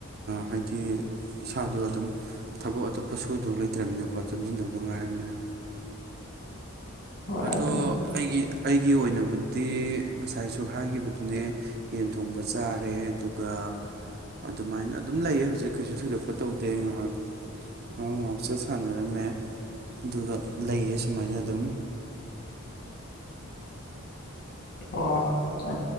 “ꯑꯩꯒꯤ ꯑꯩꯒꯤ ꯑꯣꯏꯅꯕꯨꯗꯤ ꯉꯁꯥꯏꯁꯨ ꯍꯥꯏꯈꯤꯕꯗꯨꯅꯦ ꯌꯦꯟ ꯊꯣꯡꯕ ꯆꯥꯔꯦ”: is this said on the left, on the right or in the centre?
Right